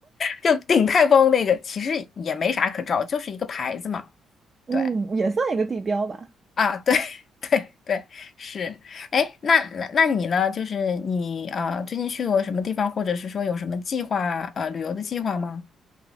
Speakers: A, on the left; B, on the right.
A: 就鼎泰丰那个其实也没啥可照，就是一个牌子嘛。
B: 嗯，
A: 对
B: 也算一个地标吧。
A: 啊，对 <laughs> 对对，是。哎，那那那你呢？就是你啊，最近去过什么地方，或者是说有什么计划呃旅游的计划吗？